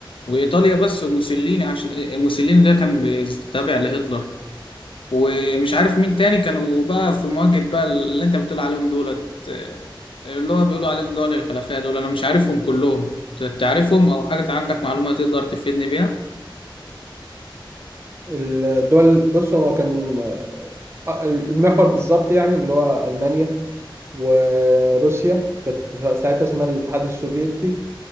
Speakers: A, on the left; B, on the right.
A: وإيطاليا بس وموسوليني عشان إيه، موسوليني ده كان بيز- تابع لهتلر ومش عارف مين تاني كانوا بقى في مواجهة بقى اللي أنت بتقول عليهم دولت آه، اللي هو بيقولوا عليهم دول الحلفاء دول أنا مش عارفهم كلهم ت- تعرفهم أو حاجة عندك معلومة تقدر تفيدني بيها؟
B: الدول بص هو كان آه، المحور بالظبط يعني اللي هو ألمانيا وروسيا كانت ساعتها اسمها الاتحاد السوفيتي